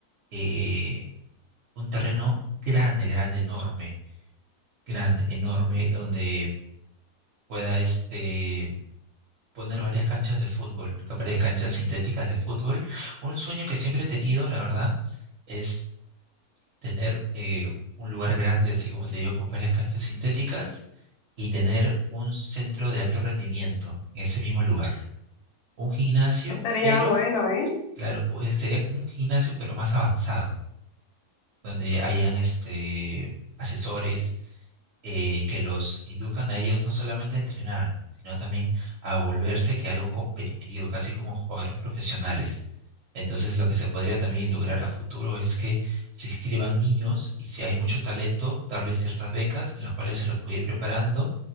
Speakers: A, on the right (about 55°); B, on the left (about 75°).
A: eh, un terreno grande, grande, enorme, grande, enorme, donde pueda este poner varias canchas de fútbol, varias canchas sintéticas de fútbol. Un sueño que siempre he tenido, la verdad, es tener eh, un lugar grande, así como te digo, con varias canchas sintéticas y tener un centro de alto rendimiento en ese mismo lugar. Un gimnasio,
B: Estaría
A: pero,
B: bueno, ¿eh?
A: claro, o- eh, sería como un gimnasio, pero más avanzado, donde hayan este, asesores eh, que los induzcan a ellos no solamente a entrenar, sino también a volverse que algo competitivo, casi como jugadores profesionales. Entonces, lo que se podría también lograr a futuro es que se inscriban niños y si hay mucho talento, darles ciertas becas en las cuales se los puede ir preparando